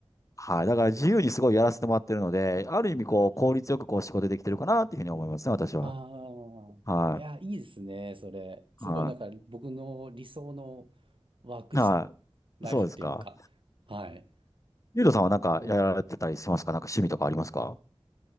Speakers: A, on the left; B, on the right.
A: はい。だから自由にすごいやらせてもらってるので、
B: あー
A: ある意味こう、効率よくこう、仕事できてるかなっていうふうに思いますね、私は。
B: ああ、
A: はい。
B: いや、いいですね、それ。すごい、
A: は
B: なんか僕の理想のワークス、
A: い。は
B: ライフっていうか、
A: い。そうですか。
B: はい。
A: ゆうとさんはなんかやられてたりしますかなんか趣味とかありますか
B: なんか、